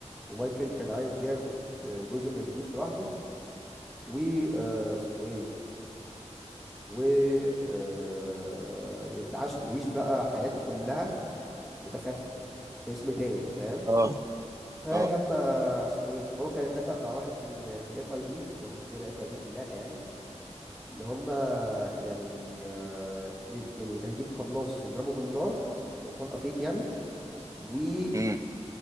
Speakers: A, in the centre; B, on the right.
A: ومايكل كان عايز ياخد آه، جزء من الفلوس لوحده و آه، اسمه ايه و آه، يتعاش يعيش بقى حياته كلها متخفي في اسم تاني فاهم
B: اه
A: فلما
B: اه
A: اسمه ايه فهو كان اتفق مع واحد في ال في الاف اي بي ان هم مسمينها اف اي بي في اللعبه يعني ان هم يعني آه، ي- يعني هيجيب قناص يضربه بالنار طلقه فيك يعني ويعمل
B: امم